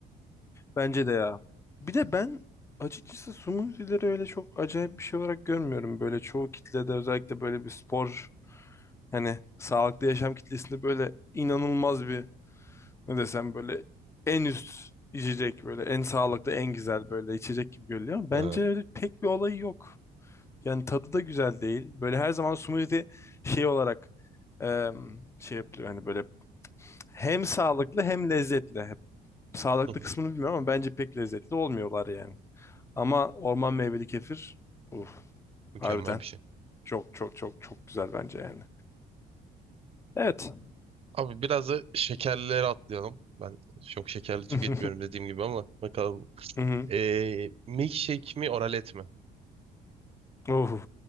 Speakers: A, on the left (about 15°); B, on the right (about 35°).
A: Bence de ya. Bir de ben açıkçası smoothie'leri öyle çok acayip bir şey olarak görmüyorum. Böyle çoğu kitlede özellikle böyle bir spor hani sağlıklı yaşam kitlesinde böyle inanılmaz bir ne desem böyle en üst içecek böyle en sağlıklı en güzel böyle içecek gibi görülüyor. ama Bence
B: Ee, hı
A: öyle pek bir olayı yok. Yani tadı da güzel değil. Böyle her zaman smoothie şey olarak em, şey yapılıyor hani böyle hem sağlıklı hem lezzetli. Sağlıklı
B: hı,
A: kısmını bilmiyorum ama bence pek lezzetli olmuyorlar yani. Ama orman meyveli kefir, uf,
B: Mükemmel
A: harbiden
B: bir şey.
A: çok çok çok çok güzel bence yani. Evet.
B: Abi biraz da şekerlilere atlayalım. Ben çok şekerli tüketmiyorum
A: <laughs>
B: dediğim gibi ama bakalım.
A: Hı hı.
B: Ee, milkshake mi oralet mi?
A: Uhu.